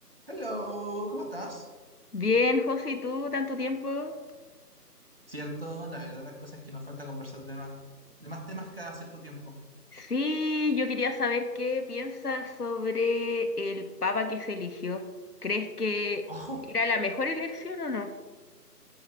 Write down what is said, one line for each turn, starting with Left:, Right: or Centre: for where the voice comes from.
Right: Hello, ¿cómo estás?
Left: Bien, José, ¿y tú tanto tiempo?
Right: Cierto, la verdad las cosas es que nos falta conversar de más, de más temas cada cierto tiempo. <laughs>
Left: Sí, yo quería saber qué piensas sobre el papa que se eligió. ¿Crees que
Right: Oh,
Left: era la mejor elección o no?